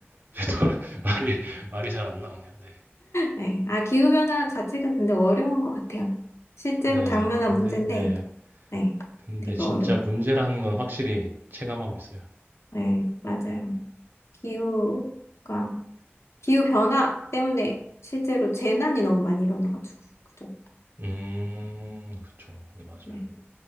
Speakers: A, on the right; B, on the left.
A: <laughs> 또 말이 말이 잘 안 나오네요. 네.
B: 네. 아, 기후변화 자체가 근데 어려운 것 같아요. 실제로
A: 네.
B: 당면한
A: 아 근데
B: 문제인데,
A: 네.
B: 네.
A: 근데
B: 되게
A: 진짜
B: 어려워.
A: 문제라는 건 확실히 체감하고 있어요.
B: 네, 맞아요. 기후가, 기후변화 때문에 실제로 재난이 너무 많이 일어나가지고, 그죠?
A: 음. 그쵸. 네 맞아요.
B: 네.